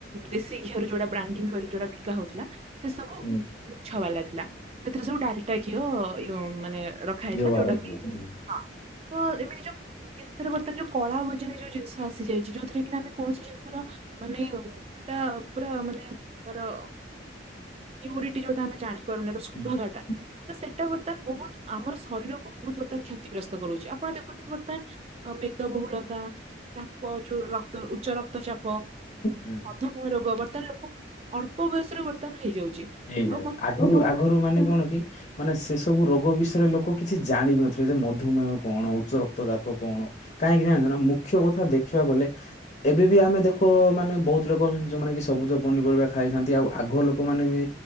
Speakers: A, on the right; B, on the left.
A: ଦେଶୀ ଘିଅରୁ ଯୋଉଟା ବ୍ରାଣ୍ଡି କରିକି ଯୋଉଟା ବିକା ହଉଥିଲା, ସେ ସବୁ
B: ହୁଁ।
A: ମିଛ ବାଲା ଥିଲା। ସେଥିରେ ସବୁ ଡାଲଟା ଘିଅ ୟ ମାନେ ର ରଖା ହେଇଥିଲା
B: ବ୍ୟବହାର
A: ଯୋଉଟା କିଁ,
B: ହୁଁ।
A: ହଁ ତ ଏମିତି ଯୋଉ ଜିନିଷରେ ବର୍ତ୍ତମାନ ଯୋଉ କଳା ବଜାରି ଯୋଉ ଜିନିଷ ଆସିଯାଇଛି ଯୋଉଥିରେ କିିନା ଆମେ କୌଣସି ଜିନିଷର ମାନେ କଉଟା ପୁରା ମାନେ ତାର ପ୍ୟୁରିଟି ଯୋଉଟା ଆମେ ଜାଣି ଶୁଦ୍ଧତାଟା।
B: ହୁଁ
A: ତ ସେଇଟା ବର୍ତ୍ତମାନ ବହୁତ ଆମର ଶରୀରକୁ ବହୁତ ବର୍ତ୍ତମାନ କ୍ଷତିଗ୍ରସ୍ତ କରୁଛି ଆପଣ ଦେଖୁଥିବେ ମେଦବହୁଳତା, ଚାପ ଯୋଉ ରକ୍ତ ଉଚ୍ଚ ରକ୍ତ ଚାପ ହଁ ମଧୁମେହ
B: ହୁଁ
A: ରୋଗ ବର୍ତ୍ତମାନ ଲୋକଙ୍କୁ ଅଳ୍ପ ବୟସରେ ବର୍ତ୍ତମାନ ହେଇଯାଉଛି।
B: ହେଇଯାଏ।
A: ଆଉ ମତେ
B: ଆଗକୁ
A: ଲାଗୁଛି
B: ଆଗରୁ
A: ଏହା
B: ମାନେ କଣ କି ମାନେ ସେ ସବୁ ରୋଗ ବିଷୟରେ ଲୋକ କିଛି ଜାଣି ନଥିଲେ ଯେ ମଧୁମେହ କଣ? ଉଚ୍ଚ ରକ୍ତ ଚାପ କଣ? କାହିଁକି ଜାଣଛ ନା, ମୁଖ୍ୟ କଥା ଦେଖିବାକୁ ଗଲେ ଏବେ ବି ଆମେ ଦେଖୁ ମାନେ ବହୁତ ଲୋକ ଅଛନ୍ତି ଯୋଉମାନେ କି ସବୁଜ ପନିପରିବା ଖାଇଥାନ୍ତି ଆଉ ଆଗ ଲୋକମାନେ ବି